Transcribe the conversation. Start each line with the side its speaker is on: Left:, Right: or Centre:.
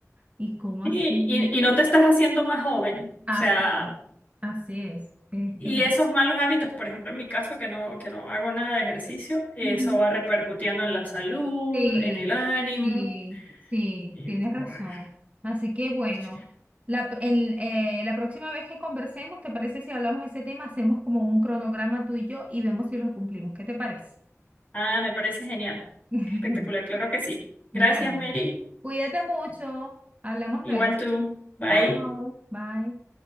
Right: y cómo
Left: y,
Right: así,
Left: y, y no te estás haciendo más joven.
Right: así,
Left: O sea,
Right: así es. Eh,
Left: Y
Right: eh,
Left: esos malos hábitos, por ejemplo, en mi caso, que no, que no hago nada de ejercicio, eso
Right: ujú.
Left: va repercutiendo en la salud,
Right: Sí,
Left: en el ánimo.
Right: y sí,
Left: Y
Right: tienes razón.
Left: bueno,
Right: Así que bueno,
Left: sí.
Right: la, pr- el, eh, la próxima vez que conversemos, ¿te parece si hablamos de ese tema? Hacemos como un cronograma tú y yo y vemos si lo cumplimos. ¿Qué te parece?
Left: Ah, me parece genial.
Right: <laughs>
Left: Espectacular, claro que sí. Gracias,
Right: Bueno,
Left: Mary.
Right: cuídate mucho. Hablamos
Left: Igual
Right: luego.
Left: tú. Bye.
Right: Chao, bye.